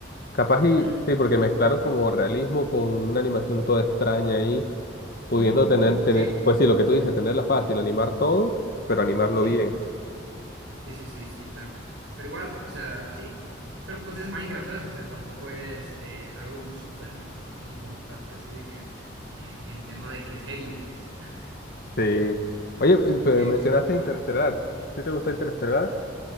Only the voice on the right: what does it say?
Mm,
<laughs> ujú,
ujú,
Sí,
sí.
Sí, sí, sí, sí, claro. Pero igual, o sea, sí. Pero pues es Minecraft, ¿sabes? O sea, tampoco es eh, algo súper importante así de que eh, en tema de que serio, pues.
<laughs>
Y es
que- ah,